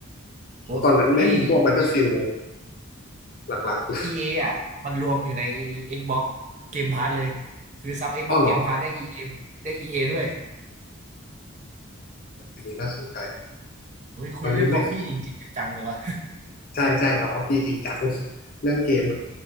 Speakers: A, on the right (about 35°); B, on the left (about 45°).
A: โอ้เอ้ย
B: ตอนนั้นเล่นพวก Battlefield หลักๆเลย
A: EA ออ่ะมันรวมอยู่ใน Xbox Game Pass เลยคือซับ Xbox
B: อ๋อเหรอ
A: Game Pass ได้ EA ได้ EA ด้วย
B: อันนี้น่าสนใจ
A: โอ้ยคุยเรื่องฮอบบี้จริงๆจังๆเลยวะ
B: ตอนนี้ไม่ใช่ใช่เราฮอบบี้จริงจังเรื่องเกม